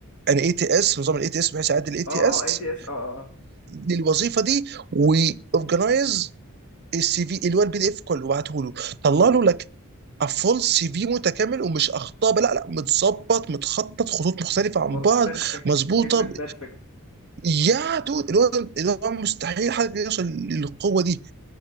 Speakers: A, on the right; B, on the left.
A: ان اي تي اس نظام الاي تي اس بحيث يعدل الاي تي
B: اه
A: اس
B: اه اي تي اس اه اه آه.
A: للوظيفه دي ويورجنايز السي في اللي هو البي دي اف كله وبعته له طلع له لك فول سي في متكامل ومش اخطاء بقى، لا لا متظبط متخطط خطوط مختلفه عن
B: هو
A: بعض
B: بيرفكت
A: مظبوطه
B: كلمة
A: ب-
B: بيرفكت
A: يا دود اللي هو اللي هو مستحيل حد يوصل للقوه دي